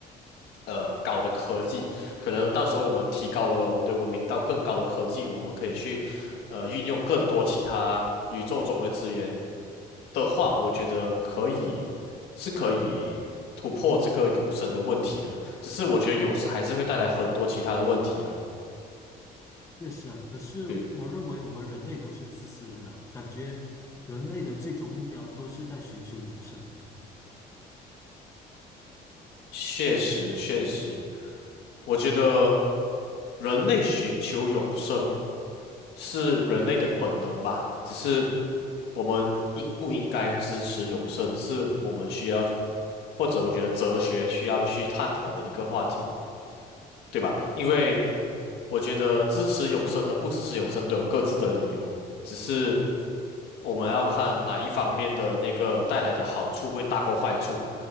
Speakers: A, on the left; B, on the left.
A: 呃高的科技，可能到时候我们提高了我们的文明到更高的科技，我们可以去呃运用更多其他宇宙中的资源的话，我觉得可以是可以突破这个永生的问题的，只是我觉得永生还是会带来很多其他的问题啊，
B: 确实啊，可是我认为我们人类都是自私的啦，
A: 比如
B: 感觉人类的最终目标都是在寻求永生。
A: 确实确实。我觉得人类寻求永生是人类的本能吧，只是我们应不应该支持永生，是我们需要，或者我觉得哲学需要去探讨的一个话题，对吧？因为
B: 从，嗯，
A: 我觉得支持永生和不支持永生都有各自的理由，只是我们要看哪一方面的那个带来的好处会大过坏处，